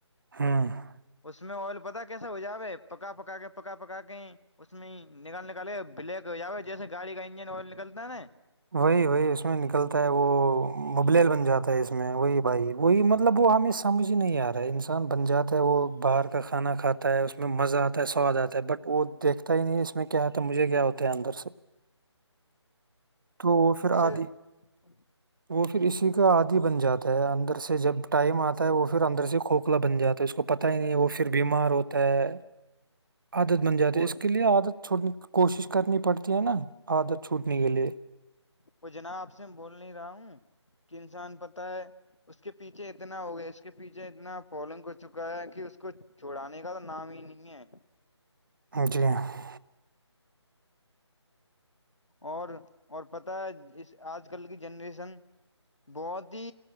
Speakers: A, on the right; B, on the left.
A: ہاں <unintelligible>
B: اس میں آئل پتا کیسا ہو جائے پکا پکا کے پکا پکا کے اس میں ہی نکل نکالے بلیک ہو جاو جیسے گاڑی کا انجن آل نکلتا ہے نا
A: وہی وہی اس میں نکلتا ہے وہ مبلل بن جاتا ہے اس میں وہی بھائی وہی مطلب وہ ہم س مجھے نہیں آ رہا ہے انسان بن جاتا ہے وہ باہر کا کھانا کھا ہے اسس میں مزہ آتا ہے سواد آتا ہے بٹ وہ دیکھتا ہی نہیں ہے اس میں کیا ہوتا مجھے کیا ہوتا ہے اندر سے تو وہ پھر
B: اس سے
A: آ دی
B: <unintelligible>
A: وہ پھر اسی کا آدھی بن جاتا ہے اندر سے جب ٹائم آتا ہے وہ پھر اندر سے کھوک لا بن جاتا ہے اس کو پت ہی نہیں وہ پھر بیمار ہوتا ہے عادت بن جاتی
B: وہ
A: ہے اس کے لیے عادت چھوڑنے کی کوشش کرنی پڑتی ہے نا عادت چھوٹ نہیں کے لیے
B: وہ جناب آپ سے میں بول نہیں رہا ہوں کہ انسان پتا ہے اس کے پیچھے اتنا ہو گیا اس کے پیچھے اتنا پالنگ ہو چکا ہے کہ اس کو چھڑانے کا تو نام ہی نہیں ہے
A: <unintelligible>
B: اور اور پتہ ہے اس آج کل کی جنریشن بہت ہی